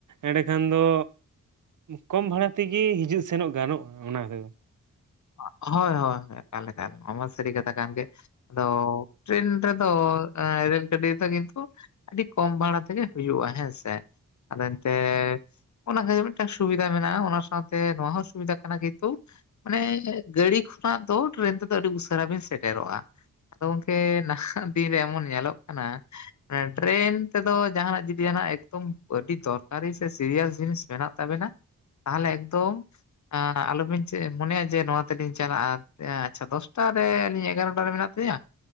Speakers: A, on the right (about 65°); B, on the left (about 60°).
A: ᱮᱸᱰᱮᱠᱷᱟᱱ ᱫᱚᱼᱼ ᱠᱚᱢ ᱵᱷᱟᱲᱟ ᱛᱮᱜᱮ ᱦᱤᱡᱩᱜ ᱥᱮᱱᱚᱜ ᱜᱟᱱᱚᱜᱼᱟ ᱠᱟᱱᱟ,
B: ᱦᱳᱭ ᱦᱳᱭ <inaudible> ᱞᱮᱞᱮ ᱢᱟᱜ ᱥᱟᱹᱨᱤ ᱠᱟᱛᱷᱟ ᱠᱟᱱ ᱜᱮ᱾ ᱟᱫᱚ ᱴᱨᱮᱱ ᱨᱮᱫᱚ ᱨᱮᱞ ᱜᱟᱹᱰᱤ ᱫᱚ ᱠᱤᱱᱛᱩ, ᱟᱹᱰᱤ ᱠᱚᱢ ᱵᱷᱟᱲᱟ ᱛᱮᱜᱮ ᱦᱩᱭᱩᱜᱼᱟ ᱦᱮᱸ ᱥᱮ ᱟᱫᱚ ᱮᱱᱛᱮ- ᱚᱱᱟ ᱠᱷᱛᱤᱨ ᱢᱤᱫᱴᱟᱝ ᱥᱩᱵᱤᱫᱷᱟ ᱢᱮᱱᱟᱜᱼᱟ ᱚᱱᱟ ᱥᱟᱶᱛᱮ ᱱᱚᱣᱟ ᱦᱚᱸ ᱥᱩᱵᱤᱫᱷᱟ ᱠᱟᱱᱟ ᱠᱤᱱᱛᱩ ᱢᱟᱱᱮ ᱜᱟᱹᱲᱤ ᱠᱷᱚᱱᱟᱜ ᱫᱚ ᱴᱨᱮᱹᱱ ᱛᱮᱫᱚ ᱟᱹᱰᱤ ᱩᱥᱟᱹᱨᱟ ᱵᱮᱱ ᱥᱮᱴᱮᱨᱚᱜᱼᱟ᱾ ᱟᱫᱚ ᱜᱚᱢᱠᱮ ᱱᱟᱦᱟᱜ ᱫᱤᱱᱨᱮ ᱮᱢᱚᱱ ᱧᱮᱞᱚᱜ ᱠᱟᱱᱟ, ᱴᱨᱮᱹᱱ ᱛᱮᱫᱚ ᱡᱟᱦᱟᱱᱟᱜ ᱡᱩᱫᱤ ᱡᱟᱦᱱᱟᱜ ᱮᱠᱫᱚᱢ ᱟᱹᱰᱤ ᱫᱚᱨᱠᱟᱨᱤ ᱥᱮ ᱥᱤᱨᱤᱭᱟᱥ ᱡᱤᱱᱤᱥ, ᱢᱮᱱᱟᱜ ᱛᱟᱵᱮᱱᱟ ᱛᱟᱦᱚᱞᱮ ᱮᱠᱫᱚᱢ ᱟᱞᱚᱵᱤᱱ ᱪᱮᱫ, ᱢᱚᱱᱮᱭᱟ ᱡᱮ ᱱᱚᱣᱟ ᱛᱮᱞᱤᱧ ᱪᱟᱞᱟᱜᱼᱟ ᱟᱪᱷᱟ ᱫᱚᱥᱴᱟ ᱨᱮ ᱟᱹᱞᱤᱧ ᱮᱜᱟᱨᱚᱴᱟ ᱨᱮ ᱢᱮᱱᱟᱜ ᱛᱤᱧᱟᱹ